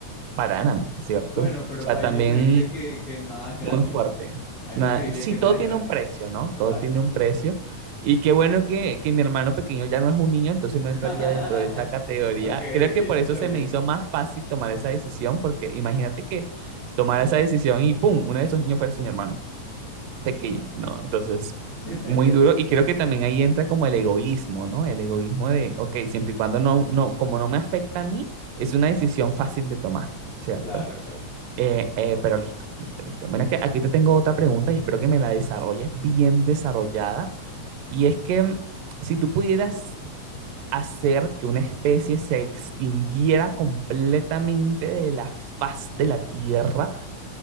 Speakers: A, on the right; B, on the left.
A: pararan, ¿cierto?
B: Bueno,
A: O
B: pero
A: sea,
B: ahí
A: también
B: yo te diría que, que nada es gratis.
A: muy fuerte.
B: Ahí
A: Nada-
B: yo te diría
A: sí,
B: que
A: todo
B: nada es
A: tiene
B: gratis.
A: un precio, ¿no?
B: Exacto.
A: Todo tiene un precio. Y qué bueno que, que mi hermano pequeño ya no es un niño, entonces no
B: <laughs>
A: entraría dentro de esa categoría.
B: Ok,
A: Creo
B: ok,
A: que
B: eso
A: por eso
B: está
A: se
B: bien.
A: me hizo más fácil tomar esa decisión, porque imagínate que tomara esa decisión y ¡pum! Uno de esos niños fuese mi hermano pequeño, ¿no? Entonces,
B: <laughs>
A: muy duro. Y creo que también ahí entra como el egoísmo, ¿no? El egoísmo de, ok, siempre y cuando no, no, como no me afecta a mí, es una decisión fácil de tomar, ¿cierto?
B: Claro, claro.
A: Eh, eh, pero listo, listo, listo. Mira que aquí te tengo otra pregunta y espero que me la desarrolles bien desarrollada. Y es que mm, si tú pudieras hacer que una especie se extinguiera completamente de la faz de la Tierra,